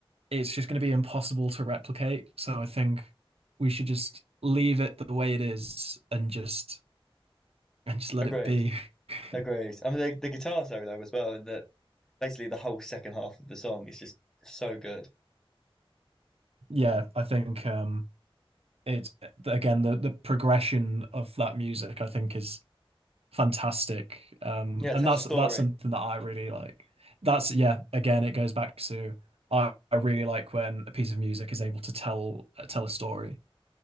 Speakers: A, on the right; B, in the centre.
A: it's just going to be impossible to replicate. So I think we should just leave it the way it is and just and just let
B: Agreed.
A: it be. <laughs>
B: Agreed. I mean, the, the guitar solo as well in the basically the whole second half of the song is just so good.
A: Yeah, I think um it's again the the progression of that music I think is fantastic. Um
B: Yeah, it
A: and
B: tells
A: that's
B: a story.
A: that's something that I really like. That's yeah, again it goes back to I, I really like when a piece of music is able to tell tell a story.